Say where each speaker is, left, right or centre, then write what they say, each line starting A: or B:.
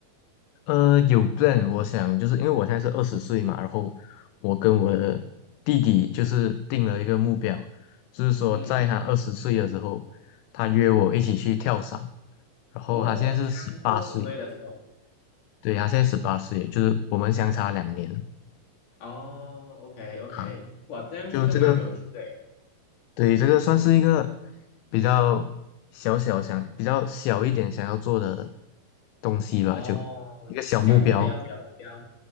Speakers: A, on the left (about 85°); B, on the left (about 55°).
A: 呃，有 plan，我想就是因为我现在是二十岁嘛，然后我跟我的弟弟就是定了一个目标，就是说在他二十岁的时候，
B: 嗯，
A: 他约我一起去跳伞，然后他现在是十八岁，
B: 哦，他二十岁的时候，
A: 对，他现在十八岁，就是我们相差两年。
B: 哦，OK OK，
A: 啊。
B: 哇，这样这个蛮有趣的诶，
A: 就这个，对，这个算是一个比较小小想，比较小一点想要做的东西吧，
B: 哦，
A: 就一个小目标，
B: 小目标小目标，